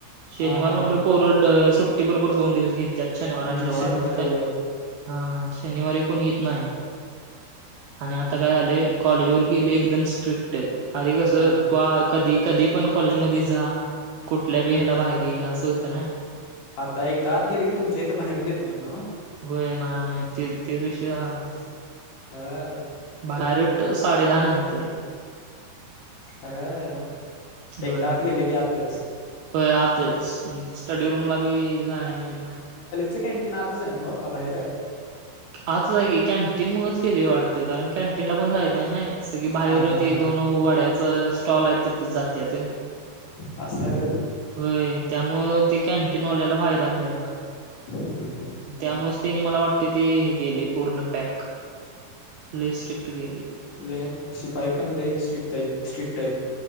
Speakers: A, on the right; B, on the left.
A: शनिवार
B: हा हा
A: म्हणलं
B: हा.
A: पोरं सुट्टी बरोबर दोन दिवस घेत त्यात शनिवार
B: हम्म
A: आणि रविवार
B: शनिवार रविवार
A: शनि हा शनिवारी कोणी येत नाही आणि आता काय झालंय कॉलेजवर गेले एकदम स्ट्रिक्ट आधी कसं
B: अ
A: तो कधी -कधी पण कॉलेजमध्ये जा, कुठल्या बी
B: हम्म.
A: हेला बाहेर ये, असं होतं ना.
B: आता एकदा आत गेले की, तुमच्या इथं बाहेर येवू देत नाहीत नव?
A: होय नाय-नाही ते तेच विषय झालाय.
B: हा.
A: बाहेर डायरेक्ट साडे दहा नंतर.
B: हअ... एकदा
A: होय
B: आत गेलं की आतच.
A: होय आताच मग ते स्टडी रूमला बी जाया मिळत नाय.
B: च कॅनटीन आतच आहे नवं का बाहेर आहे?
A: आतच आहे की, कॅन्टीन मुळंच केलयं वाटतं कारण कॅन्टीनला कोणी जाईत नाय नाय. सगळी बाहेर
B: हा हा
A: ते
B: हा.
A: दोन वड्याच स्टॉल आहेत तिथंच जात्यात.
B: असं हाय व्हय.
A: होय त्यामुळं त्या कॅन्टीनवाल्याला फायदा मिळत नाही
B: हम्म हम्म हम्म हम्म.
A: त्यामुळंच त्यांनी मला वाटतंय ते हे केलंय पूर्ण पॅक. लय स्ट्रिकट केलय.
B: लय शिपाई पण लई स्ट्रिकट हायत, स्ट्रिकट हाईत.